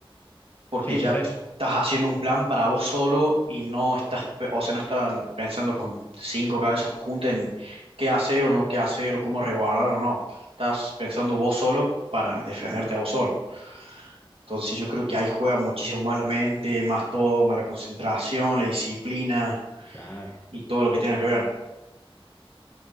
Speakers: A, on the right (about 75°); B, on the left (about 20°).
A: porque
B: Sí,
A: ya
B: por eso.
A: te estás haciendo un plan para vos solo y no estás, pe- o sea, no están pensando con cinco cabezas juntas en qué hacer o no qué hacer o cómo resguardar o no. Estás pensando vos solo para defenderte a vos solo. Entonces yo creo que ahí juega muchísimo más la mente, más todo, más la concentración, la disciplina
B: Claro,
A: y todo lo que tenga que ver.